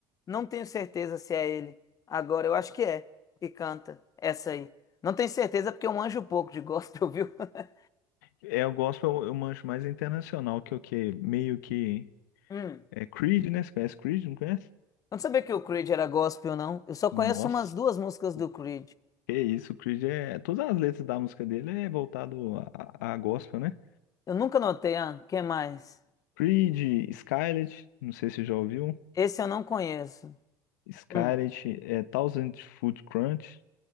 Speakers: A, on the left; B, on the left.
A: Não tenho certeza se é ele. Agora, eu acho que é que canta essa aí. Não tenho certeza porque eu manjo pouco de gospel, viu? <laughs>
B: É, o gospel eu eu manjo mais internacional, que é o que meio que
A: Hum.
B: é Creed, né? Você conhece Creed, não conhece?
A: Eu não sabia que o Creed era gospel, não. Eu só conheço
B: Nossa,
A: umas duas músicas
B: o
A: do Creed.
B: que é isso, o Creed é. Todas as letras da música dele é voltado a, a gospel, né?
A: Eu nunca notei, ah, quem mais?
B: Creed, Skylet, não sei se já ouviu.
A: Esse eu não conheço.
B: Skylet,
A: Hum,
B: é, Thousand Foot Crunch,